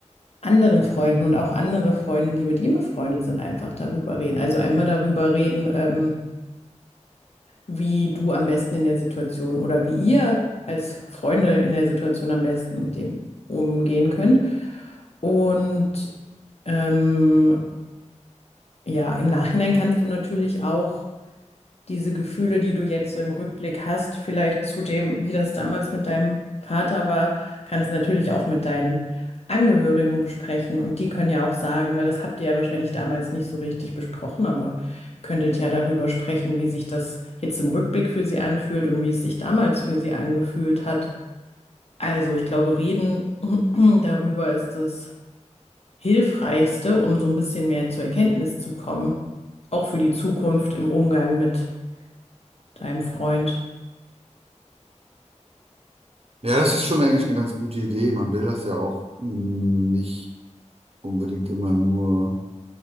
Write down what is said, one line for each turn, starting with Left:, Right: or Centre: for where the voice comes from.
Left: anderen Freunden und auch andere Freunde, die mit ihm befreundet sind, einfach darüber reden. Also einmal darüber reden, ähm, wie du am besten in der Situation oder wie ihr als Freunde in der Situation am besten mit dem umgehen könnt. Und ähm, ja, im Nachhinein kannst du natürlich auch diese Gefühle, die du jetzt so im Rückblick hast, vielleicht zu dem, wie das damals mit deinem Vater war, kannst du natürlich auch mit deinen Angehörigen besprechen. Und die können ja auch sagen, weil das habt ihr ja wahrscheinlich damals nicht so richtig besprochen, aber ihr könntet ja darüber sprechen, wie sich das jetzt im Rückblick für sie anfühlt und wie es sich damals für sie angefühlt hat. Also ich glaube, reden <clears throat> darüber ist das Hilfreichste, um so ein bisschen mehr zur Erkenntnis zu kommen, auch für die Zukunft im Umgang mit deinem Freund.
Right: Ja, das ist schon eigentlich eine ganz gute Idee. Man will das ja auch hm, nicht unbedingt immer nur,